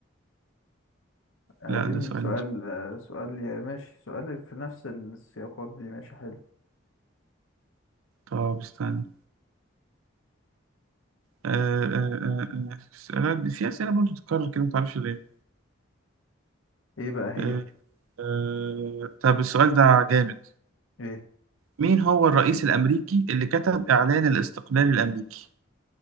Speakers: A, on the left; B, on the right.
A: عايزين
B: لا ده سؤال
A: سؤال آه، سؤال يا ماشي سؤال في نفس السياقات دي ماشي حلو
B: طب استنى آه، آه، آه، آه، أسئلة- في أسئلة برضه بتتكرر كده متعرفش ليه
A: ايه بقى هي
B: آه، آه، طب السؤال ده جامد
A: ايه
B: مين هو الرئيس الأمريكي اللي كتب إعلان الاستقلال الأمريكي